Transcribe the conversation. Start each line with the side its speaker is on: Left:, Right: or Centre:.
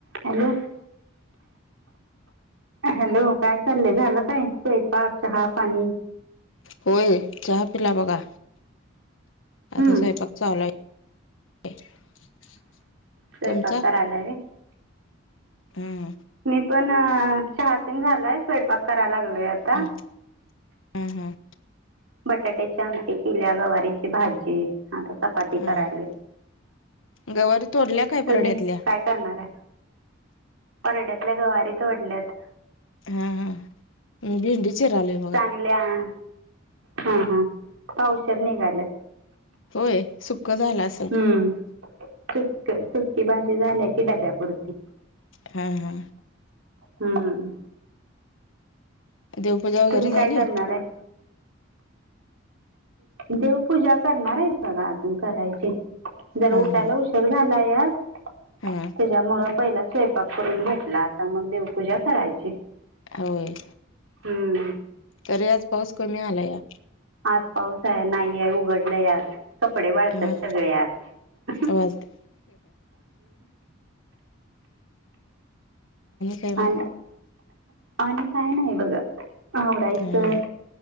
Right: Hello. Hello काय चाललंय झालं काय स्वयंपाक चहा पाणी?
Left: होय चहा पिला बघा
Right: हम्म
Left: आता स्वयंपाक चालाय. <unintelligible>
Right: स्वयंपाक
Left: तुमचा
Right: करालाय होय?
Left: हम्म.
Right: मी पण चहा तेन झालाय. स्वयंपाक करायला लागलोय आत
Left: हम्म हां हां.
Right: बटाट्याच्या आमटी केल्या गवारीची भाजी आता. चपाती
Left: हम्म
Right: करायले
Left: गवारी तोडल्या काय परड्यातल्या
Right: तुम्ही काय करणार आहे परड्यातल्या गवारीत वढल्यात.
Left: हा हा मी भिंडी चिरायलो.
Right: चांगल्या हा हा हा पावशेर निघालेत.
Left: होय? सुक्क झालं असं
Right: हम्म सुक्क सुक्की भाजी झाल्या की डब्यापुरती.
Left: हा हा.
Right: हम्म.
Left: देवपूजा वगैरे
Right: तुम्ही
Left: झाली
Right: काय करणार आहे? देवपूजा करणार आहे <unintelligible> अजून करायची. जरा
Left: हा
Right: उटायला
Left: हा
Right: उशेर झालाय आज.
Left: हा
Right: त्याच्यामुळं पहिला स्वयंपाक करून घेतला आता मंग देवपूजा करायची.
Left: होय.
Right: हम्म.
Left: तरी आज पाऊस कमी आला या.
Right: आज पाऊस आहे, नाहीये उघडलाय आज. कपडे वाळत्यात
Left: हा
Right: सगळे आज.
Left: वाजते काय मग
Right: आणि आणि काय नाही बघा. आवरायचं
Left: हम्म हम्म